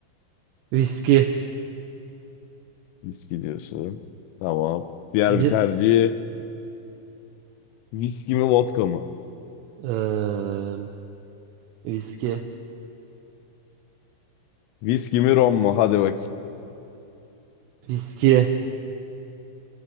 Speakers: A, on the right (about 85°); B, on the left (about 85°).
A: Viski.
B: Viski diyorsun. Tamam. Diğer
A: Bir
B: bir tercihi viski mi, vodka mı?
A: eee, viski.
B: Viski mi, rom mu? Hadi bak.
A: Viski.